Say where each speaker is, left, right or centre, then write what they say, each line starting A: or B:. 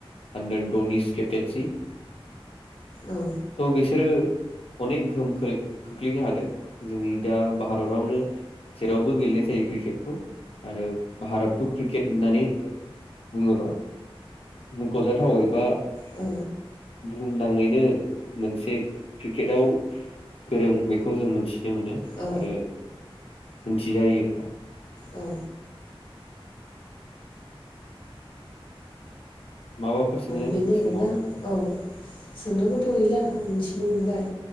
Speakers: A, on the left (about 75°); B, on the left (about 55°).
A: आन्दार ड'निस केपटेनसि।
B: औ
A: त बिसोरो अनेक गोहोम खोख्लैनो हादों जोंनि दा भारतावनो जेरावबो गेलेनाय जायो क्रिकेटखौ आरो भारतखौ होननानै बुङोबा मुख'जाथाव दा
B: औ
A: बुहुमनाङैनो मोनसे क्रिकेटआव गोरों बेखौ जों मिथि नो मोनो
B: औ
A: आरो मिनथिजायो
B: औ
A: माबाफोर सोंनो
B: बेनो
A: सोंबावनो
B: आरोना
A: नामा?
B: औ सोंनांगौथ' गैला आं मिन्थिनो
A: औ
B: मोनबाय